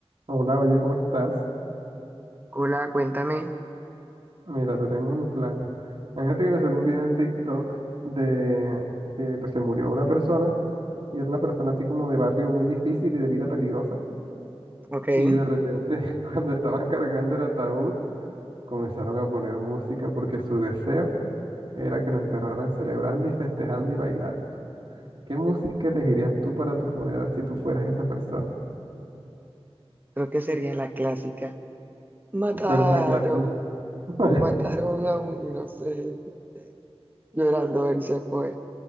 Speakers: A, on the right; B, on the right.
A: Hola, oye, ¿cómo estás?
B: Hola, cuéntame.
A: Mira, te tengo un plan. Imagínate que me salió un video en TikTok de que pues se murió una persona y era una persona así como de barrio muy difícil y de vida peligrosa
B: Ok, creo
A: y de repente <laughs> cuando estaban cargando el ataúd comenzaron a poner música porque su deseo era que lo enterraran celebrando y festejando y bailando. ¿Qué música elegirías tú para tu funeral si tú fueras esa persona?
B: que sería la clásica. Mataron,
A: ¿Cuál es la clase? <laughs>
B: mataron a un inocente. Llorando él se fue.